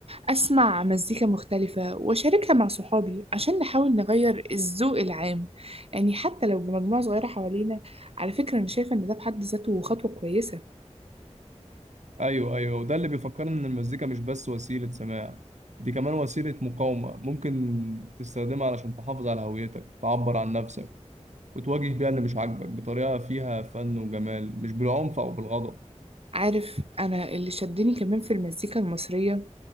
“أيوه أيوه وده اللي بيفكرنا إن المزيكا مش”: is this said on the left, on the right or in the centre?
Right